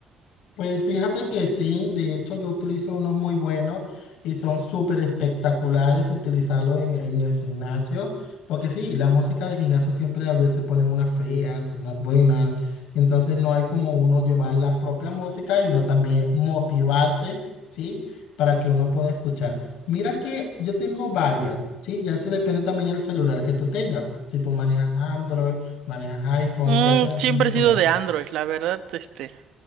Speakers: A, on the left; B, on the right.
A: Pues fíjate que sí, de hecho yo utilizo unos muy buenos y son súper espectaculares utilizarlos en, en el gimnasio, porque sí, la música del gimnasio siempre a veces ponen unas feas, unas buenas, entonces no hay como uno llevar la propia música y uno también motivarse, ¿sí? Para que uno pueda escuchar. Mira que yo tengo varias, ¿sí? Ya eso depende también del celular que tú tengas, si tú manejas Android, manejas iPhone,
B: Mm,
A: ya eso depende
B: siempre
A: de
B: he sido
A: que manejes.
B: de Android, la verdad, este,